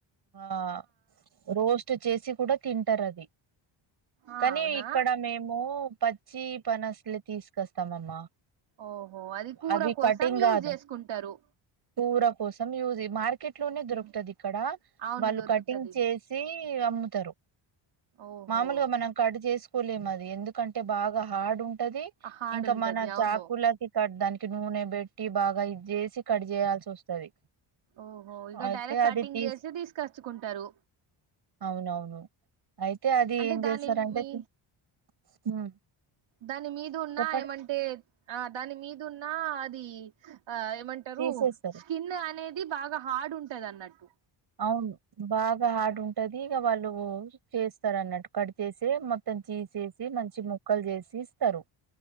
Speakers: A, on the right; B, on the right.
A: ఆ రోస్ట్ చేసి గూడా తింటరు అది
B: ఆ
A: కానీ
B: అవునా
A: ఇక్కడ మేము పచ్చి పనసలు తీసుకొస్తాం త్తమమ్మా
B: ఓహో అది కూర
A: అవి
B: కోసం
A: కటింగ్
B: యూజ్
A: గాదు
B: చేసుకుంటారు
A: కూర కోసం యూజ్ మార్కెట్ లోనే దొరుకుతది
B: ఉమ్,
A: ఇక్కడ
B: అవును
A: వాళ్ళు
B: దొరుకుతది
A: కటింగ్ చేసి అమ్ముతారు
B: ఓహో
A: మామూలుగా మనం కడ్ చేసి కలేంది ఎందుకంటే బాగా హార్డ్ ఉంటది
B: హార్డ్
A: ఇంకా
B: ఉంటది
A: మన
B: అవును
A: చాకులకి దానికి నూనె పెట్టి బాగా ఇది చేసి కట్ చేయాల్సి వస్తది
B: ఓహో ఇగా
A: అయితే
B: డైరెక్ట్ కటింగ్
A: అది తీస్
B: చేసి తీసుకో చ్చుకుంటారు
A: అవునవును అయితే అది
B: అంటే
A: ఏం
B: దాన్ని
A: చేస్తారంటే
B: మీ
A: తీ- ఉమ్,
B: దాని మీదున్నా
A: చెప్పండి
B: ఏమంటే ఆ దాని మీదున్నా అది ఆ ఏమంటారు
A: తీసేస్తారు
B: స్కిన్ అనేది బాగా హార్డ్ ఉంటది అన్నట్టు
A: అవును బాగా హార్డ్ ఉంటది ఇక వాళ్ళు చేస్తారు అన్నట్టు కట్ చేసే మొత్తం చిసేసి మంచి ముక్కలు చేసి ఇస్తరు